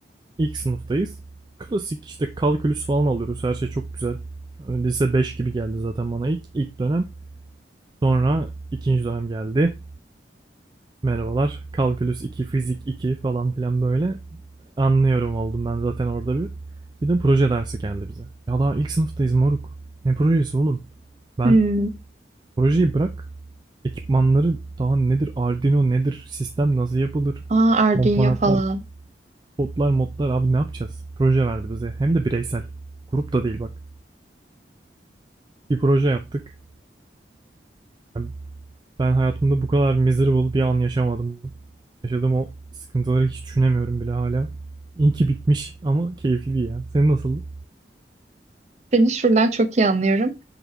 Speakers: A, on the right; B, on the right.
A: ilk sınıftayız. Klasik işte kalkülüs falan alıyoruz. Her şey çok güzel. Lise 5 gibi geldi zaten bana ilk ilk dönem. Sonra ikinci dönem geldi. Merhabalar. Kalkülüs 2, fizik 2 falan filan böyle. Anlıyorum oldum ben zaten orada bir. Bir de proje dersi geldi bize. Ya daha ilk sınıftayız moruk. Ne projesi oğlum? Ben
B: Hmm.
A: projeyi bırak. Ekipmanları daha nedir? Arduino nedir? Sistem nasıl yapılır?
B: Aa, Arduino
A: Komponentler,
B: falan.
A: kodlar, modlar abi ne yapacağız? Proje verdi bize. Hem de bireysel. Grup da değil bak. Bir proje yaptık. Yani Ben hayatımda bu kadar miserable bir an yaşamadım. Yaşadığım o sıkıntıları hiç düşünemiyorum bile hala. İyi ki bitmiş ama keyifliydi ya. Senin nasıldı?
B: Seni şuradan çok iyi anlıyorum.